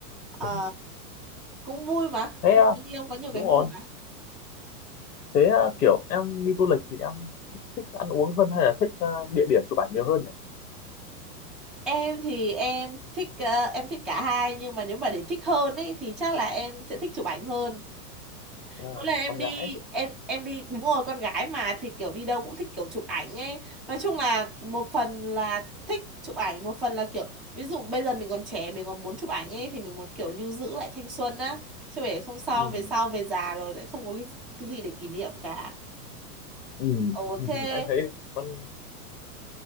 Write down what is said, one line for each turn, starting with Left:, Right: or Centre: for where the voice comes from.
Centre: ờ
Left: Ừ.
Centre: cũng vui mà
Left: thế
Centre: đi
Left: ờ,
Centre: với người yêu có nhiều
Left: đúng
Centre: cái vui
Left: rồi
Centre: mà
Left: thế ờ, kiểu em đi du lịch thì em thích, thích ăn uống hơn hay là thích ờ, địa điểm chụp ảnh nhiều hơn nhỉ
Centre: em thì em thích ờ, em thích cả hai nhưng mà nếu mà để thích hơn ấy thì chắc là em sẽ thích chụp ảnh hơn
Left: à,
Centre: mỗi lần em
Left: con
Centre: đi
Left: gái ấy.
Centre: em em đi đúng rồi con gái mà thì kiểu đi đâu cũng thích kiểu chụp ảnh ấy nói chung là một phần là thích chụp ảnh một phần là kiểu ví dụ bây giờ mình còn trẻ mình còn muốn chụp ảnh ấy thì mình muốn kiểu lưu giữ lại thanh xuân á chứ để không sao
Left: ừ.
Centre: về sau về già rồi lại không có cái, cái gì để kỷ niệm cả
Left: Ừ.
Centre: ồ
Left: <laughs>
Centre: thế
Left: anh thấy con